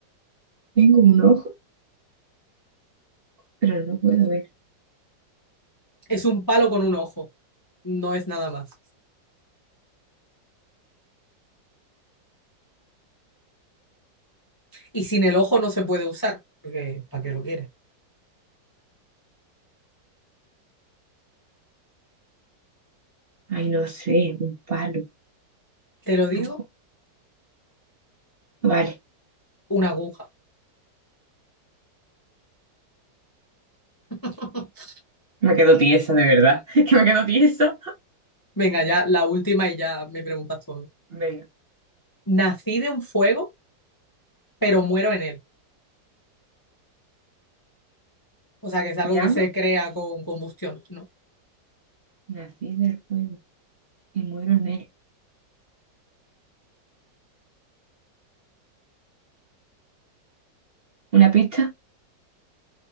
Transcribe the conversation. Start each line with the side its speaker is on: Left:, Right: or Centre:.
Right: Tengo un ojo, pero no puedo ver.
Left: Es un palo con un ojo. No es nada más. Y sin el ojo no se puede usar, porque ¿para qué lo quieres?
Right: Ay, no sé, un palo,
Left: Te lo digo,
Right: un ojo. Vale,
Left: una aguja. <laughs>
Right: me quedo tiesa, de verdad. <laughs> Que me quedo tiesa.
Left: Venga, ya la última y ya me preguntas tú.
Right: Venga,
Left: Nací de un fuego, pero muero en él. O sea, que es algo
Right: llama,
Left: que se crea con combustión, ¿no?
Right: nací del fuego. Me muero en él. ¿Una pista?